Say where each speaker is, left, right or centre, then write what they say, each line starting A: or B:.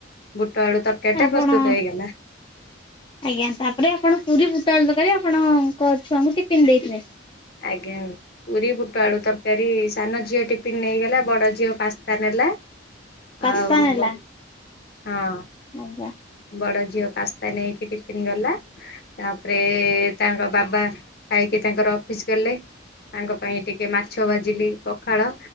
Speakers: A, on the left (about 55°); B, on the left (about 25°).
A: ବୁଟ ଆଳୁ ତରକାରୀ
B: ଆପଣ
A: ଟା ପ୍ରସ୍ତୁତ ହେଇଗଲା
B: ଆଜ୍ଞା ତାପରେ ଆପଣ ପୁରୀ ବୁ ପୋଟଳ ତରକାରୀ ଆପଣଙ୍କ ଛୁଆଙ୍କୁ ଟିପିନ୍ ଦେଇଥିଲେ।
A: ଆଜ୍ଞା ପୁରୀ ବୁଟ ଆଳୁ ତରକାରୀ ସାନ ଝିଅ ଟିପିନ୍ ନେଇଗଲା, ବଡ଼ ଝିଅ ପାସ୍ତା ନେଲା
B: ପାସ୍ତା
A: ଆଉ
B: ନେଲା
A: ବ ହଁ।
B: ଆଜ୍ଞା
A: ବଡ ଝିଅ ପାସ୍ତା ନେଇକି ଟିଫିନ୍ ଗଲା, ତାପରେ ତାଙ୍କ ବାବା ଖାଇକି ତାଙ୍କର ଅଫିସ୍ ଗଲେ ତାଙ୍କ ପାଇଁ ଟିକେ ମା ଛ ଭାଜିଲି ପଖାଳ